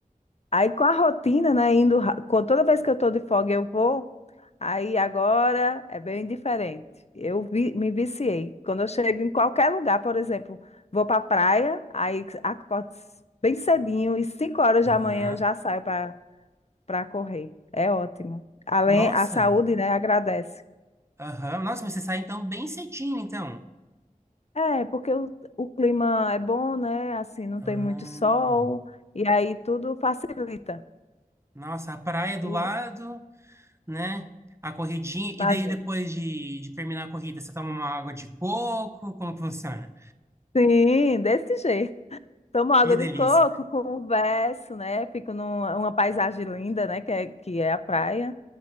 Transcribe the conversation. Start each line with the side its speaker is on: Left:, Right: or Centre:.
Left: Aí com a rotina, né, indo, ra- com toda vez que eu tô de folga eu vou, aí agora é bem diferente. Eu vi- me viciei. Quando eu chego em qualquer lugar, por exemplo, vou pra praia, aí acordo c- bem cedinho e cinco horas
Right: Aham.
Left: da manhã eu já saio para para correr. É ótimo. Além,
Right: Nossa.
Left: a saúde, né, agradece.
Right: Aham. Nossa, mas você sai então bem cedinho, então.
Left: É, porque o, o clima é bom, né, assim, não
Right: Ah.
Left: tem muito sol, e aí tudo facilita.
Right: Nossa, a praia do
Left: Eu
Right: lado, né? A corridinha. E
Left: imagino.
Right: daí, depois de, de terminar a corrida, você toma uma água de coco? Como que funciona?
Left: Sim, desse jeito. Tomo água
Right: Que delícia.
Left: de coco, converso, né? Fico numa uma paisagem linda, né? Que é, que é a praia.